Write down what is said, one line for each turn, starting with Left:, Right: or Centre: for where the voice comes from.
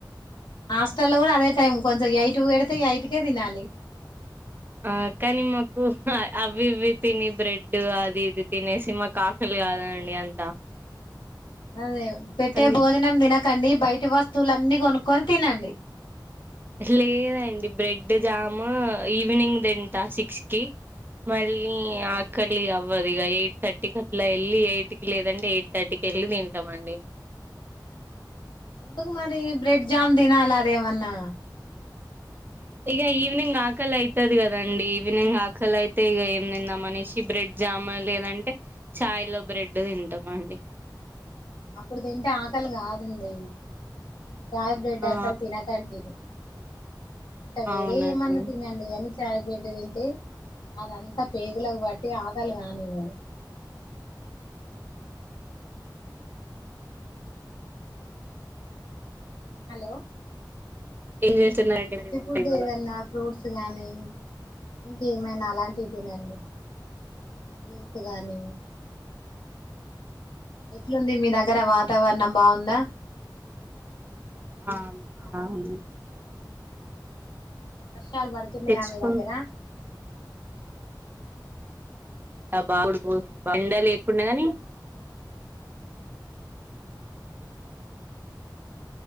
Left: హాస్టల్లో కూడా అదే టైం కొంచం ఎయిట్ పెడితే ఎయిటుకే తినాలి
Right: ఆ కానీ మాకు అవి ఇవి తిని బ్రెడ్ అది ఇది తినేసి మాకు ఆకలి కాదండి అంతా
Left: అదే పెట్టే
Right: అందు
Left: భోజనం తినకండి బయటి వస్తువులు అన్ని కొనుక్కొని తినండి
Right: లేదండి బ్రెడ్ జాము ఈవినింగ్ తింటా సిక్స్కి మళ్ళీ ఆ కలి అవ్వదు ఇగ ఎయిట్ థర్టీకి అట్లా ఎళ్ళి ఎయిట్కి లేదంటే ఎయిట్ థర్టీకి ఎళ్ళి తింటామండి
Left: ఎందుకు మరి బ్రెడ్ జామ్ తినాల అది ఏమన్నా
Right: ఇక ఈవెనింగా ఆకలి అయితది కదండి ఈవినింగ్ ఆకలి అయితే ఇగ ఏం తిందాం అనేసి బ్రెడ్ జామున్ లేదంటే ఛాయ్లో బ్రెడ్ తింటామండి
Left: అప్పుడు తింటే ఆకలి కాదండి చాయ్ బ్రెడ్
Right: ఆ
Left: అసలు తినకండి ఇక వేరేవి
Right: అవునండి
Left: ఏమన్న తిన అ ఇవన్ని చాయ్ బ్రెడ్ తింటే అదంతా పేగులకు బట్టి ఆకలి కానివ్వదు హలో
Right: ఏం చేస్తున్నారండి మరి
Left: టి
Right: వంట
Left: ఫుడ్
Right: ఇవాళ
Left: ఏదన్నా ఫ్రూట్స్ గానీ ఇంక ఏమైనా అలాంటి తినండి జ్యూస్ గాని ఎట్లుంది మీ దగ్గర వాతావరణం బాందా
Right: ఆమ్
Left: హలో
Right: బాగుంది
Left: వర్షాలు పడుతున్నాయా
Right: తెచ్చుకుంటా
Left: మీ దగ్గర
Right: ఆ బాగుడు పో ఎండ లేకుండా గాని
Left: ఉమ్